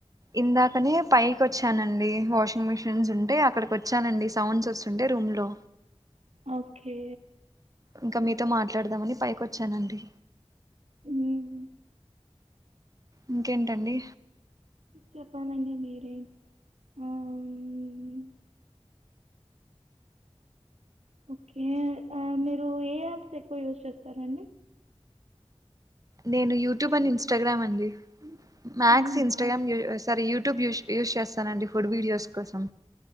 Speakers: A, on the right (about 30°); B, on the right (about 80°).
A: ఇందాకనే పైకి వచ్చానండి వాషింగ్ మెషిన్స్ ఉంటే అక్కడికి వచ్చానండి సౌండ్స్ వస్తుంటే రూమ్ లో
B: ఓకే
A: ఇంకా మీతో మాట్లాడదామని పైకొచ్చానండి
B: మ్ హు
A: ఇంకేంటండి
B: చెప్పలాండి మీరే ఆ హ్మ్ ఓకే మీరు ఆ ఏ యాప్స్ ఎక్కువ యూజ్ చేస్తారంండి
A: నేను యూట్యూబ్ అండ్ ఇన్స్టాగ్రామ్ అండి మక్స్
B: అవునా
A: ఇన్స్టాగ్రామ్ యు sorry YouTube use use చేస్తానండి ఫుడ్ వీడియోస్ కోసం